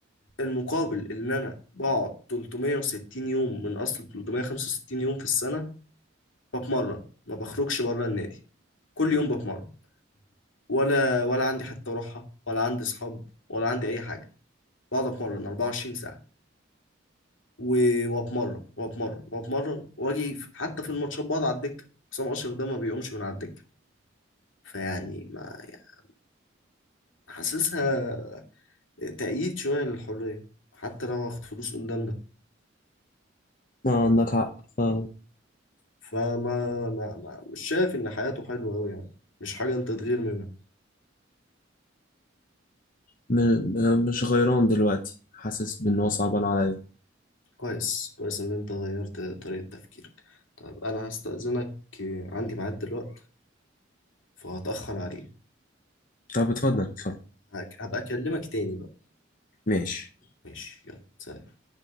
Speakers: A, on the left; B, on the left.
A: المقابل ان انا بقعد 360 يوم من اصل 365 يوم في السنة بتمرن ما بخرجش بره النادي كل يوم بتمرن ولا ولا عندي حتى روحة ولا عندي اصحاب ولا عندي اي حاجة بقعد اتمرن 24 ساعة و- واتمرن واتمرن واتمرن واجي في- حتى في الماتشات بقعد على الدكه حسام اشرف ده ما بيقومش من على الدكه فيعني ما يعني حاسسها تأييد شويه للحريه حتى لو هاخد فلوس قدام ده
B: اه عندك حق فعلا
A: فما ما ما مش شايف ان حياته حلوه قوي يعني مش حاجه انت تغير منها
B: م- مش غيران دلوقتي حاسس بإن هو صعبان عليا
A: كويس كويس ان انت غيرت طريقه تفكيرك طيب انا هستأذنك عندي ميعاد دلوقتي فهتأخر عليه
B: طب اتفضل اتفضل
A: هك- هبقى اكلمك تاني بقى
B: ماشي
A: ماشي يلا سلام